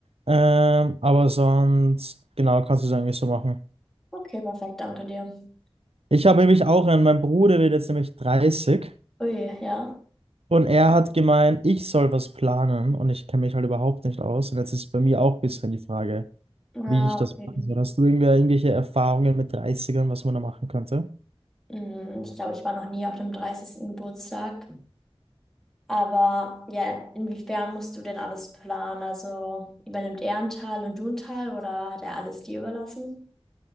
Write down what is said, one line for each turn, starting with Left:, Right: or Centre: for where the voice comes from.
Right: Ähm, aber sonst, genau, kannst du es eigentlich so machen.
Centre: Okay, perfekt, danke dir.
Right: Ich habe nämlich auch einen, mein Bruder wird jetzt nämlich dreißig
Centre: Ui, ja.
Right: Und er hat gemeint, ich soll was planen und ich kenne mich halt überhaupt nicht aus. Und jetzt ist bei mir auch ein bisschen die Frage,
Centre: Na,
Right: wie ich das
Centre: okay.
Right: machen soll. Hast du irgendwie irgendwelche Erfahrungen mit Dreißigern, was man da machen könnte?
Centre: Hm, Ich glaube, ich war noch nie auf dem dreißigsten Geburtstag. Aber ja, inwiefern musst du denn alles planen? Also übernimmt er einen Teil und du einen Teil oder hat er alles dir überlassen?